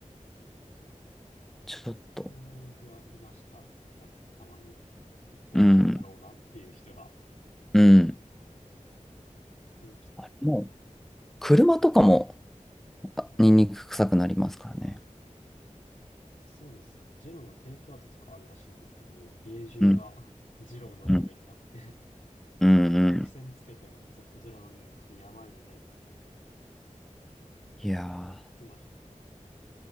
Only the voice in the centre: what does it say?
ちょっと、
うん、うん、
あれもう、車とかも、あニンニク臭くなりますからね。
うん、うん、うん、うん。
いやー、